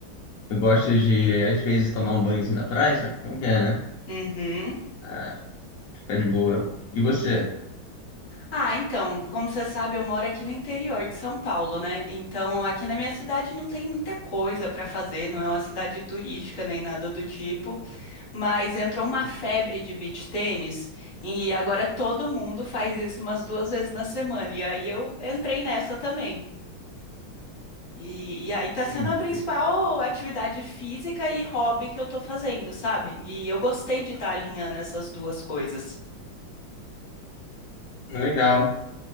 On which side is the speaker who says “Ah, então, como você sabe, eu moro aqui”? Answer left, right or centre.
Left